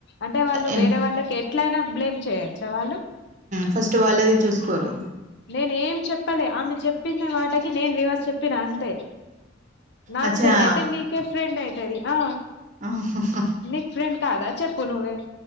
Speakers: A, on the left; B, on the right.
A: అంటే వాళ్ళు
B: ఏం
A: వేరే వాళ్ళకి ఎట్లయినా బ్లేమ్ చేయొచ్చా వాళ్ళు
B: ఫస్ట్ వాళ్ళది చూసుకోరు
A: నేను ఏం చెప్పలె ఆమె చెప్పిన మాటకి నేను రివర్స్ చెప్పిన అంతే నాకు
B: అచ్చా
A: చెల్లి అయితే నీకే ఫ్రెండ్ అయితది ఆ
B: ఆహాహ
A: నీకు ఫ్రెండ్ కాదా చెప్పు నువ్వే